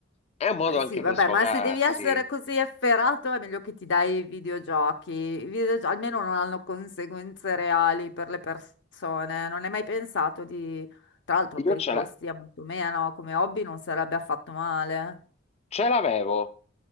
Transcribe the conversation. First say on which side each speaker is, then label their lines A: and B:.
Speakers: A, on the left; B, on the left.
A: È un modo
B: Ma sì,
A: anche
B: vabbè,
A: per sfogarsi.
B: ma se devi essere così efferato è meglio che ti dai i videogiochi. I videogio- almeno non hanno conseguenze reali per le persone. Non hai mai pensato di... Tra l'altro per
A: Io ce
B: i costi
A: l'ho.
B: è molto meno, come hobby non sarebbe affatto male.
A: Ce l'avevo,